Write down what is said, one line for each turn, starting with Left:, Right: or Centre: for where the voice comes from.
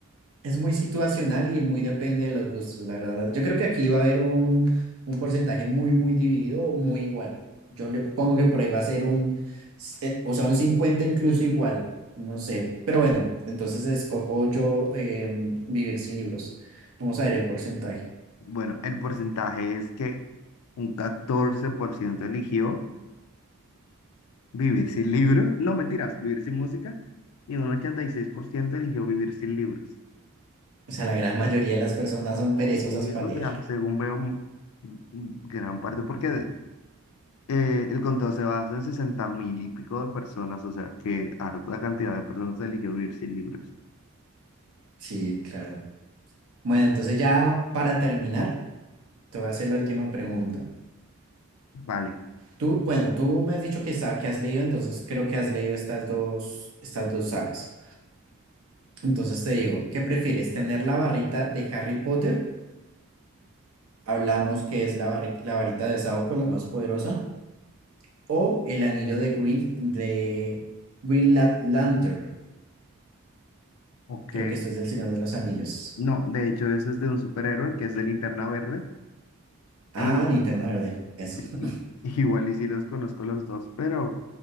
Right: es muy situacional y muy depende de los gustos, la verdad. Yo creo que aquí va a haber un, un porcentaje muy, muy dividido o muy igual. Yo le pongo que por ahí va a ser un, se- o sea, un 50 incluso igual, no sé. Pero bueno, entonces escojo yo em, vivir sin libros. Vamos a ver el porcentaje.
Left: Bueno, el porcentaje es que un 14% eligió vivir sin libros, no mentiras, vivir sin música, y un 86% eligió vivir sin libros.
Right: O sea, la gran mayoría de las personas son perezosas
Left: Sí,
Right: para
Left: o
Right: leer.
Left: sea, según veo, m- m- gran parte, porque de- eh, el conteo se basa en sesenta mil y pico de personas, o sea, que harta cantidad de personas eligió vivir sin libros.
Right: Sí, claro. Bueno, entonces ya para terminar. Te voy a hacer la última pregunta.
Left: Vale,
Right: Tú, bueno, tú me has dicho que, sa- que has leído, entonces creo que has leído estas dos, estas dos sagas. Entonces te digo, ¿qué prefieres? ¿Tener la barrita de Harry Potter? Hablamos que es la, barri- la varita de Saúco, la más poderosa. ¿O el anillo de Green de Green Lan- Lantern?
Left: ok.
Right: Creo que esto es del Señor de los Anillos.
Left: No, de hecho, eso es de un superhéroe que es de Linterna Verde.
Right: Ah,
Left: E igual.
Right: linterna verde. Eso.
Left: Sí, y-
Right: <laughs>
Left: igual y sí los conozco los dos, pero